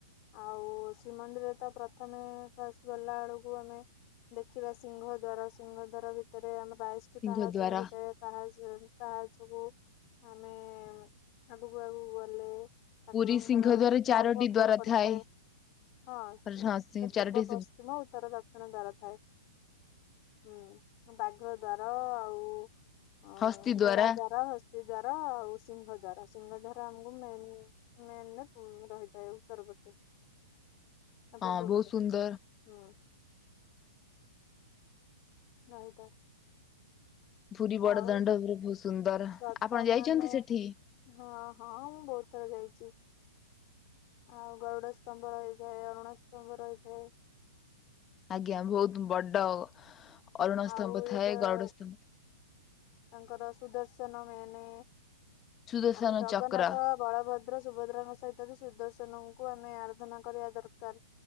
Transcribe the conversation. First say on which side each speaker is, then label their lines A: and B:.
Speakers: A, on the left (about 40°); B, on the left (about 25°).
A: ଆଉ ଶ୍ରୀମନ୍ଦିରରେ ତ ପ୍ରଥମେ ଫାଷ୍ଟ ଗଲା ବେଳକୁ ଆମେ ଦେଖିବା ସିଂହ ଦ୍ୱାର ସିଂହ ଦ୍ୱାର ଭିତରେ ଆମ ବାଇଶଟି
B: ସିଂହ
A: ପାହାଚ
B: ଦ୍ୱାର
A: ରହିଥାଏ। ପାହାଚ ପାହାଚକୁୁ ଆମେ ଆଗକୁ ଆଗକୁ ଗଲେ ଠାକୁରଙ୍କର
B: ପୁରୀ ସିଂହ ଦ୍ୱାର ଚାରୋଟି
A: ଗର୍ଭ ଗୃହ
B: ଦ୍ୱାର
A: ପଡି
B: ଥାଏ।
A: ହଉ ହଁ ସେଟ
B: ଚାରୋଟି
A: ପୂର୍ବ, ପଶ୍ଚିମ, ଉ ଉତ୍ତର ଦକ୍ଷିଣ ଦ୍ଵାର ଥାଏ ହୁଁ ବାଘ ଦ୍ଵାର ଆଉ ହ
B: ହସ୍ତି
A: ଘୋଡା
B: ଦ୍ଵାରା
A: ଦ୍ୱାର, ହସ୍ତି ଦ୍ଵାର, ଆଉ ସିଂହ ଦ୍ୱାର, ସିଂହ ଦାର ଆମକୁ ମେନ୍ ମେନ ପୁ ରହିଥାଏ ଉତ୍ତର ପଟେ ସେ ଆଉ ପୂର୍ବ
B: ହଁ ବହୁତ
A: ପଟେ
B: ସୁନ୍ଦର
A: ହୁଁ। <unintelligible>
B: ପୁରୀ ବଡଦଣ୍ଡ
A: ଆଉ
B: ପୁର ବହୁତ ସୁନ୍ଦର,
A: ପ୍ରଥମେ
B: ଆପଣ ଯାଇଛନ୍ତି
A: ଆମେ
B: ସେଠି?
A: ହଁ ହଁ ମୁଁ ବହୁତ ଥର ଯାଇଚି। ଆଉ ଗରୁଡ ସ୍ତମ୍ଭ ରହିଥାଏ। ଅରୁଣ ସ୍ତମ୍ଭ ରହିଥାଏ।
B: ଆଜ୍ଞା ବହୁତ ବଡ ଅରୁଣ
A: ଆଉ
B: ସ୍ତମ୍ଭ ଥାଏ।
A: ଦ-
B: ଗରୁଡ ସ୍ତମ୍ବ
A: ତାଙ୍କର ସୁଦର୍ଶନ ମେନେ
B: ସୁଦର୍ଶନ
A: ଆମେ ଜଗନ୍ନାଥ
B: ଚକ୍ର
A: ବଳଭଦ୍ର ସୁଭଦ୍ରାଙ୍କ ସହିତ ବି ସୁଦର୍ଶନଙ୍କୁ ଆମେ ଆରାଧନା କରିବା ଦରକାର।